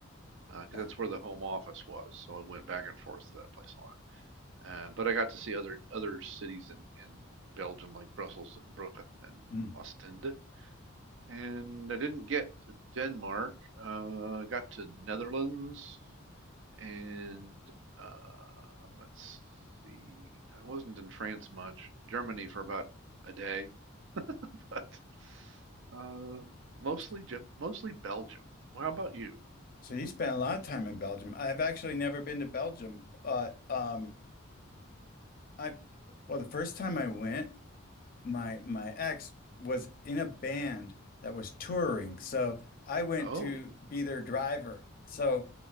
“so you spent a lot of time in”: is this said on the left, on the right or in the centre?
Left